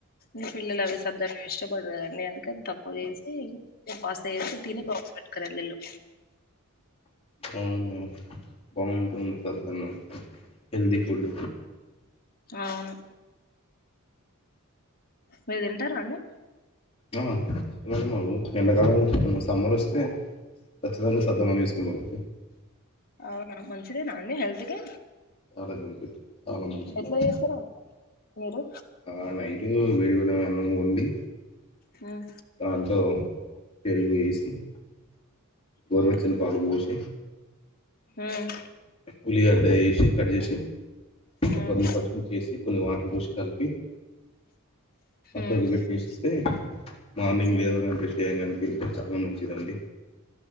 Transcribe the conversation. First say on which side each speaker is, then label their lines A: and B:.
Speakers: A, on the left; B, on the left.
A: ఇ పిల్లలు అవి సద్దన్నం ఇష్టపడరు కదండి, అందుకనే తక్కువ చేసి ఇగ పాస్తా చేసి తిని బా పట్టుకొని వెళిళ్ళు
B: అవును బాగుంటుంది తద్దన్నం హెల్దీ ఫుడ్
A: అవును మీర్ తింటారా అండి?
B: ఆ ఇష్టమండి మాకు ఎండకాలం సమ్మర్ వస్ ఓ కచ్చితంగా సద్దన్నం తీసుకునేది
A: అవునా మంచిదేనా అండి హెల్త్ కి?
B: చాలా బెనిఫిట్, చాలా మంచిది.
A: ఎట్లా చేస్తారో మీరు
B: ఆ నైటు వేడివేడిగా అన్నం వండి.
A: ఉమ్
B: దాంట్లో పెరుగు ఏసీ గోర్వచ్చని
A: ఉమ్
B: పాలు పోసి
A: ఉమ్
B: ఉల్లిగాడ్డ ఏసి కట్ చేసి ఒక
A: ఉమ్
B: రెండు పచ్చిమి చేసి కొన్ని వాటర్ పోసి కలిపి పక్కన
A: ఉమ్
B: పెట్టేస్తే మార్నింగ్
A: ఉమ్
B: లేవగాన్ బ్రష్ చేయగానే తింటే చాలా మంచిదండి